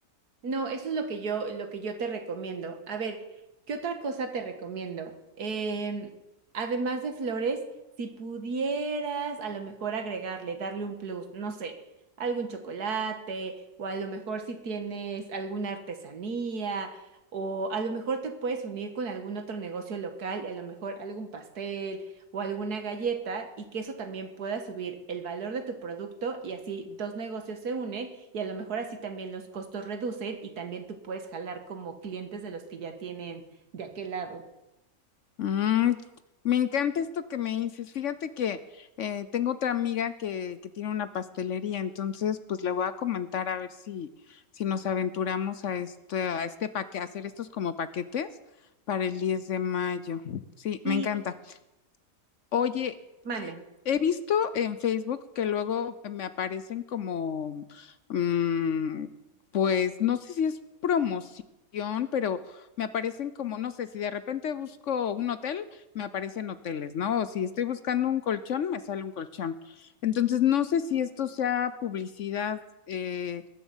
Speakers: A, on the right (about 80°); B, on the left (about 60°).
A: No, eso es lo que yo, lo que yo te recomiendo. A ver, ¿qué otra cosa te recomiendo? Em, además de flores, si pudieras a lo mejor agregarle, darle un plus, no sé, algún chocolate, o a lo mejor si tienes alguna artesanía, o a lo mejor te puedes unir con algún otro negocio local y a lo mejor algún pastel o alguna galleta y que eso también pueda subir el valor de tu producto y así dos negocios se unen y a lo mejor así también los costos reducen y también tú puedes jalar como clientes de los que ya tienen de aquel lado.
B: Mm, me encanta esto que me dices. Fíjate que eh, tengo otra amiga que, que tiene una pastelería, entonces pues le voy a comentar a ver si, si nos aventuramos a este, a este paquete, hacer estos como paquetes para el 10 de mayo. Sí,
A: Y
B: me encanta. Oye,
A: manden.
B: eh, he visto en Facebook que luego me aparecen como, mm, pues no sé si es promoción, pero me aparecen como, no sé, si de repente busco un hotel, me aparecen hoteles, ¿no? O si estoy buscando un colchón, me sale un colchón. Entonces, no sé si esto sea publicidad. eh,